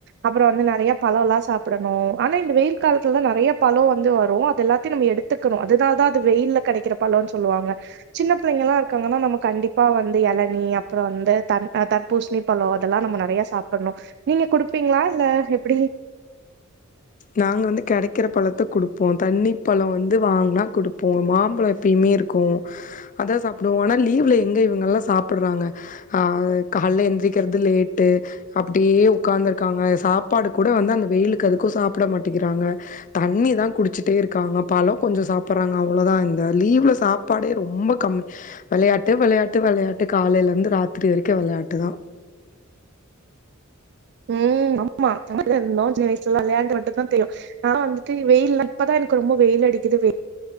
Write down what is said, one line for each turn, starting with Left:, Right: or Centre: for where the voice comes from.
Right: அப்புறோ வந்து நெறைய பழோ எல்லா சாப்டணு ஆனா இந்த வெயில் காலத்துலதா நெறைய பழோ வந்து வரு அது எல்லாத்தையு நம்ம எடுத்துக்கணு அதனால தா அது வெயில்ல கெடைக்கிற பழன்னு சொல்லுவாங்க சின்ன பிள்ளைங்க எல்லா இருக்காங்கன்னா நமக் கண்டிப்பா வந்து இளநி அப்புறோ அந்த தன் அ தர்பூசணி பழோ அதெல்லா நம்ம நெறைய சாப்பட்ணு நீங்க குடுப்பீங்க்ளா இல்ல எப்டி
Left: நாங்க வந்து கெடைக்கிற பழத்த கொடுப்போ தண்ணி பழோ வந்து வாங்குனா கொடுப்போ மாம்பழொ எப்பயுமே இருக்கு அதா சாப்புடுவோ ஆனா லீவு்ல எங்க இவங்கல்லா சாப்புடுறாங்க ஆ கால்ல எந்திரிக்கிறது லேட்டு அப்டியே உக்கார்ந்து இருக்காங்க சாப்பாடு கூட வந்து அந்த வெயிலுக் க்கு அதுக்கு சாப்ட மாட்டேங்குறாங்க தண்ணி தா குடிச்சுட்டே இருக்காங்க பழொ கொஞ்சொ சாப்புறாங்க அவ்ளோதா இந்த லீவ்ல சாப்பாடே ரொம்ப கம்மி வெளையாட்டு வெளையாட்டு வெளையாட்டு காலைல இருந்து ராத்திரி வரைக்கு வெளையாட்டுதா
Right: ம் ஆமா நாம அப்டிதா இருந்தோ சின்ன வயசுலலா விளையாட்டு மட்டுதா தெரியு நா வந்துட்டு வெயில் இப்பதா எனக்கு ரொம்ப வெயில் அடிக்குது வெ